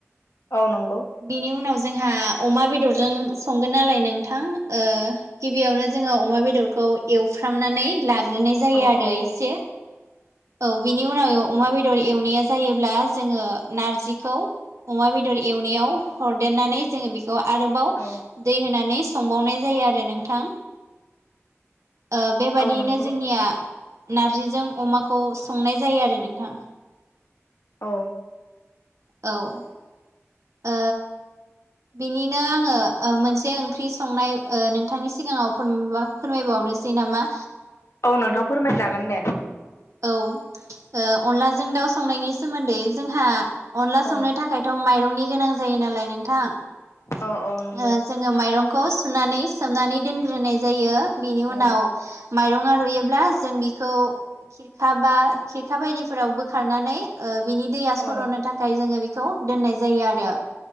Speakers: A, on the left (about 65°); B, on the right (about 85°).
A: औ नंगौ
B: बिनि उनाव जोंहा अमा बेदरजों संगोन नालाय नोंथां ओ गिबियावनो जोङो अमा बेदरखौ एवफ्रामनानै लाग्रोनाय जायो
A: औ
B: आरो
A: औ
B: एसे
A: औ
B: औ बिनि उनाव अमा बेदर एवनाया जायोब्ला जोङो नारजिखौ अमा बेदर एवनायाव हरदेरनानै जोङो बे खौ आरोबाव
A: औ
B: दै होनानै संबावनाय जायो आरो नोंथां ओ बेबादियैनो
A: औ नंगौ
B: जोंनिया नारजिजों अमाखौ संनाय जायो आरो नोंथां।
A: औ
B: औ ओ बिनिनो आङो ओ मोनसे ओंख्रि संनाय ओ नोंथांनि सिगाङाव फोरमा फोरमायबावनोसै नामा
A: औ नोंथां फोरमायजागोन दे
B: औ ओ अनलाजों दाउ संनायनि सोमोन्दै जोंहा अनला
A: औ
B: संनो थाखाय थ' माइरंनि गोनां जायो नालाय नोंथां
A: औ औ नंगौ
B: ओ जोङो माइरंखौ सुनानै सोमनानै दोनग्रोनाय जायो बेनि उनाव
A: औ
B: माइरङा रुयोब्ला जों बिखौ खाबा खिरखा बायदिफोराव बोखारनानै ओ बिनि दैया सर'नो
A: औ
B: थाखाय जोङो बि खौ दोननाय जायो आरो